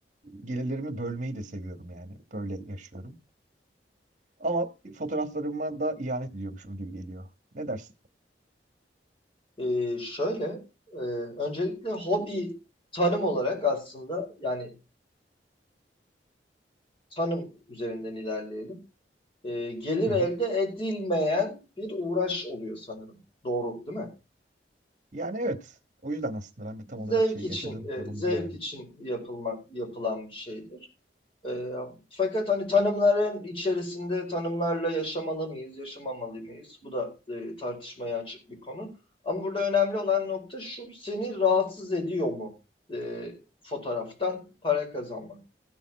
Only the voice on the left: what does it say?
Ee, şöyle e, öncelikle hobi tanım olarak aslında yani tanım üzerinden ilerleyelim. Ee, gelir
elde
edilmeyen bir uğraş oluyor sanırım. Doğru değil mi?
zevk
için
e,
zevk
için yapılma yapılan bir şeydir. E, fakat hani tanımların içerisinde tanımlarla yaşamalı mıyız, yaşamamalı mıyız? Bu da e, tartışmaya açık bir konu. Ama burada önemli olan nokta şu, seni rahatsız ediyor mu e, fotoğraftan para kazanmak?